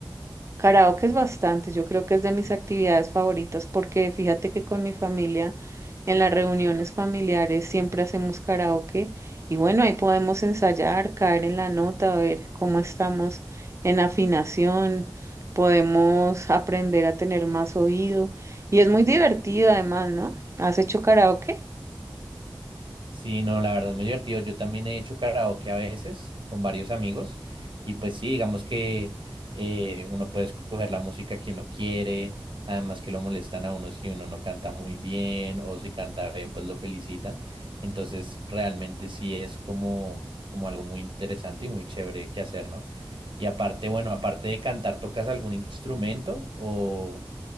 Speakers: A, on the right (about 35°); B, on the right (about 70°).
A: Karaoke es bastante, yo creo que es de mis actividades favoritas porque fíjate que con mi familia en las reuniones familiares siempre hacemos karaoke y bueno, ahí podemos ensayar, caer en la nota, a ver cómo estamos en afinación, podemos aprender a tener más oído y es muy divertido además, ¿no? ¿Has hecho karaoke?
B: Sí, no, la verdad es muy divertido. Yo también he hecho karaoke a veces con varios amigos y pues sí, digamos que eh, uno puede escoger la música que uno quiere, además que lo molestan a uno si uno no canta muy bien o si canta bien, pues lo felicitan. Entonces, realmente sí es como, como algo muy interesante y muy chévere que hacer, ¿no? Y aparte, bueno, aparte de cantar, ¿tocas algún instrumento o,